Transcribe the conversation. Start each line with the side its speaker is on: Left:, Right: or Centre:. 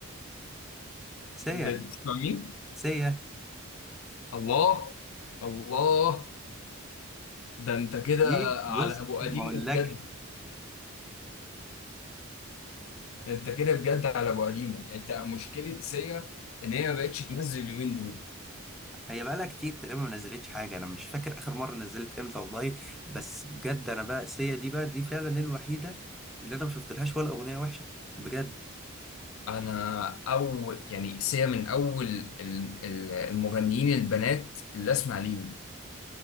Centre: سيا
Left: بتسمع مين
Centre: سيا
Left: الله الله ده انت كده
Centre: دي
Left: على
Centre: بص
Left: ابو قديمه
Centre: ما اقولكش
Left: بجد انت كده بجد على ابو قديمه انت مشكله سيا ان هي ما بقتش تنزل اليومين دول
Centre: <laughs> هي بقالها كتير تقريبا ما نزلتش حاجه انا مش فاكر اخر مره نزلت امتى والله بس بجد انا بقى سيا دي بقى دي فعلا الوحيده اللي انا ما شفتلهاش ولا اغنيه وحشه بجد
Left: انا اول يعني سيا من اول ال- ال- المغنيين البنات اللي اسمع ليهم